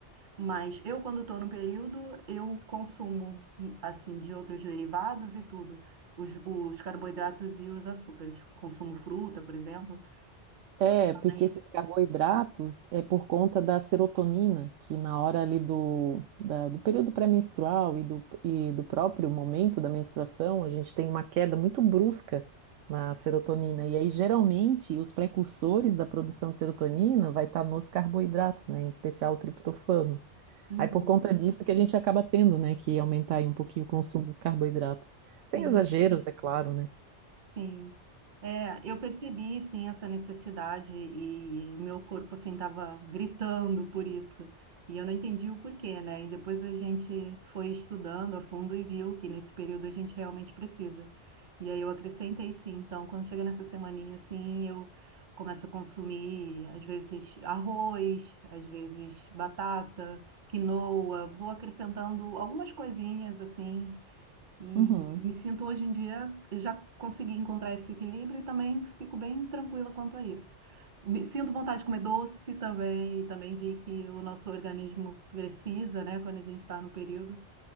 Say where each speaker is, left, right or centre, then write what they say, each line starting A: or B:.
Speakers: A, on the right; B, on the right.
A: Mas eu, quando estou no período, eu consumo, assim, de outros derivados e tudo. Os, os carboidratos e os açúcares. Consumo fruta, por exemplo.
B: É,
A: Mas,
B: porque esses carboidratos é por conta da serotonina, que na hora ali do, da- do período pré-menstrual e do, e do próprio momento da menstruação, a gente tem uma queda muito brusca na serotonina. E aí, geralmente, os precursores da produção de serotonina vai estar nos carboidratos, né? Em especial o triptofano.
A: uhum,
B: Aí, por conta disso que a gente acaba tendo, né, que aumentar aí um pouquinho o consumo dos carboidratos. Sem
A: sim.
B: exageros, é claro, né?
A: Sim. É, eu percebi, sim, essa necessidade e o meu corpo, assim, estava gritando por isso. E eu não entendi o porquê, né? E depois a gente foi estudando a fundo e viu que nesse período a gente realmente precisa. E aí eu acrescentei, sim. Então, quando chega nessa semaninha, assim, eu começo a consumir, às vezes, arroz, às vezes, batata, quinoa. Vou acrescentando algumas coisinhas, assim, e
B: Uhum,
A: me sinto hoje em dia, já consegui encontrar esse equilíbrio e também fico bem tranquila quanto a isso. Me sinto vontade de comer doce também, e também vi que o nosso organismo precisa, né, quando a gente está no período.